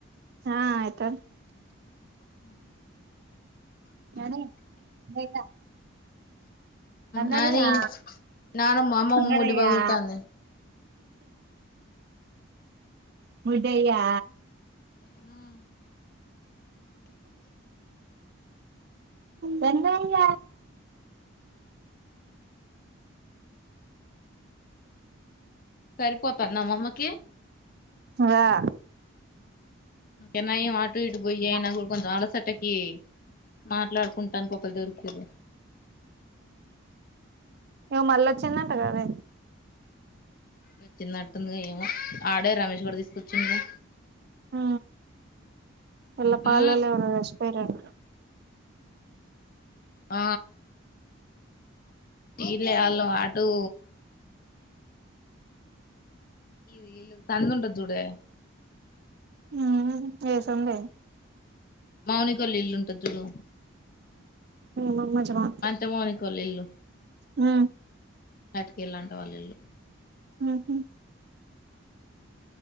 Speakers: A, on the right (about 50°); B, on the left (about 45°).
A: ఆ అయితంది
B: ఆ
A: నాని బేగ అన్నయ్యా
B: నాని నానమ్మ అమ్మమ్మ
A: అంగారయ్యా
B: ముడ్డి పగులుతాంది
A: ముడయ్యా
B: ఆ
A: వెన్నయ
B: సరిపోతంద అమ్మమ్మకి
A: ఆ
B: ఇంకా నయం అటు ఇటు బోయి
A: దా
B: అయిన గు కొంచెం అలసటకి మాట్లాడుకుంటాను ఒకరు దొరికిరు
A: ఈమె మళ్ళ వచ్చిందంట కదే
B: వచ్చిందటుందిగా ఏమో ఆడే రమేష్ గాడు తీసుకొచ్చిందుగ
A: హ వల్ల పాలోలు
B: ఊ
A: ఎవరో చచిపేరట
B: ఆ ఇలే అల్లు అటు ఇది ఇళ్ళు సందుంటది చుడే
A: ఆ ఏ సందె
B: మౌనికోల ఇల్లు ఉంటది చూడు
A: మమ్మజ మా
B: అంత మోని కోల్ ఇల్లు
A: హ
B: అటు కెళ్ళి అంటా వాళ్ళ ఇళ్ళు
A: ఉహు